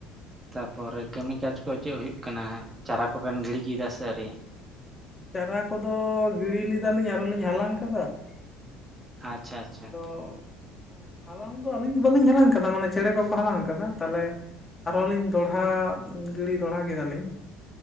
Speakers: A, on the right; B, on the left.
A: ᱛᱟᱯᱚᱨᱮ ᱠᱟᱹᱢᱤ ᱠᱟᱡᱽ ᱠᱚ ᱪᱮᱫ ᱦᱩᱭᱩᱜ ᱠᱟᱱᱟ ᱪᱟᱨᱟ ᱠᱚᱵᱮᱱ ᱜᱤᱲᱤ ᱠᱮᱫᱟ ᱥᱮ ᱟᱹᱨᱤ ᱾
B: ᱪᱟᱨᱟ ᱠᱚᱫᱚ ᱜᱤᱲᱤ ᱞᱮᱫᱟ ᱞᱤᱧ ᱟᱨᱚᱞᱤᱧ ᱦᱟᱞᱟᱝ ᱟᱠᱟᱫᱟ ᱾
A: ᱟᱪᱪᱷᱟ ᱟᱪᱪᱷᱟ
B: ᱟᱫᱚ, ᱦᱟᱞᱟᱝ ᱫᱚ ᱟᱹᱞᱤᱧ ᱫᱚ ᱵᱟᱹᱞᱤᱧ ᱦᱟᱞᱟᱝ ᱟᱠᱟᱫᱟ ᱢᱟᱱᱮ ᱪᱮᱬᱮ ᱠᱚᱠᱚ ᱦᱟᱞᱟᱝ ᱟᱠᱟᱫᱟ ᱛᱟᱦᱞᱮ ᱟᱨᱦᱚᱞᱤᱧ ᱫᱚᱲᱦᱟ ᱜᱤᱲᱤ ᱫᱚᱲᱦᱟ ᱠᱮᱫᱟᱞᱤᱧ‌᱾